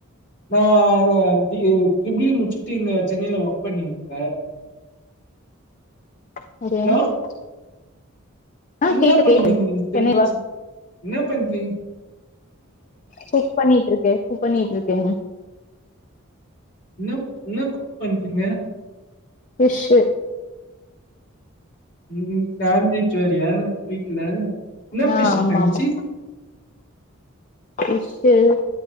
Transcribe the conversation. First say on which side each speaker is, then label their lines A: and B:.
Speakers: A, on the left (about 55°); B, on the left (about 35°).
A: நா அத டிரிபிலி இ முச்சுட்டு இங்க சென்னைய்ல ஒர்க் பண்ணிருக்க
B: <unintelligible>
A: ஹலோ
B: ஆ
A: என்ன
B: கேக்கு
A: பண்ணிட்
B: கேக்கு
A: இருக்கீங்க
B: சென்னை
A: தங்கச்சி
B: வா
A: என்னா பண்றிங்
B: குக் பண்ணிட் இருக்க குக் பண்ணிட்டு இருக்க
A: என்ன என்ன குக் பண்றீங்க
B: ஃபிஷ்
A: ம் நான்வெஜ் வெரயா வீட்ல என்ன ஃபிஷு
B: ஆ ஆமா
A: தங்கச்சு
B: ஆமா ஃபிஷு